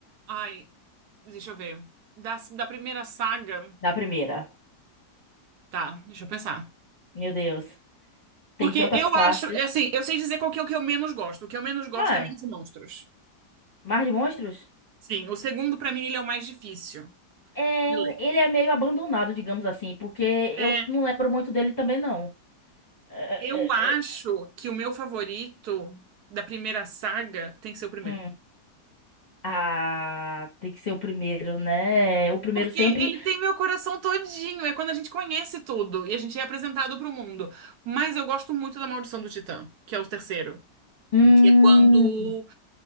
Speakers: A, on the right; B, on the left.
A: ai, deixa eu ver. Da, da primeira saga.
B: Da primeira.
A: Tá, deixa eu pensar.
B: Meu Deus, tem
A: Porque
B: tantas
A: eu
B: partes.
A: acho, é assim, eu sei dizer qual que é o que eu menos gosto. O que eu menos gosto
B: Ah,
A: é Menos Monstros.
B: Mar de Monstros?
A: Sim, o segundo, pra mim, ele é o mais difícil
B: É,
A: de ler.
B: ele é meio abandonado, digamos assim, porque
A: É,
B: eu não lembro muito dele também, não. É,
A: eu acho
B: é, é,
A: que o meu favorito da primeira saga tem que ser o primeiro.
B: hum. Ah, tem que ser o primeiro, né? O primeiro
A: Porque
B: sempre.
A: ele tem meu coração todinho. É quando a gente conhece tudo e a gente é apresentado para o mundo. Mas eu gosto muito da Maldição do Titã, que é o terceiro.
B: Hum.
A: Que é quando